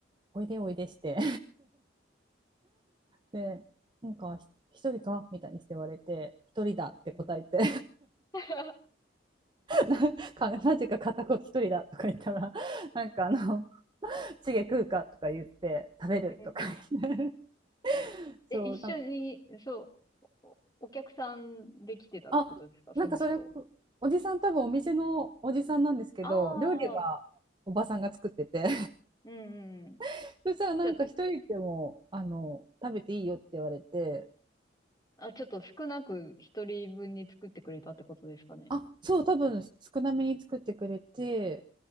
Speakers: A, on the right; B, on the left.
A: おいでおいでしてで、なんか、一人かみたいにして言われて、一人だって答えて
B: うん。<laughs> う
A: <laughs>、ななぜか片言一人だとか言ったら、<laughs> なんかあの、チゲ食うかとか言って、食べるとか言って
B: ん
A: <laughs>、
B: え、
A: そう、
B: 一緒に、
A: なんか、
B: そう、お、お客さんで来てたってことですかその人。
A: あ、なんかそれ、おじさん多分お店のおじさんなんですけど、
B: あ
A: 料理はおばさんが作ってて、
B: あ、うんうん。
A: <laughs> そしたらなんか一人でも、
B: じゃ
A: あの、食べていいよって言われて、
B: あ、あ、ちょっと少なく一人分に作ってくれたってことですかね。
A: あ、そう、多分少なめに作ってくれて、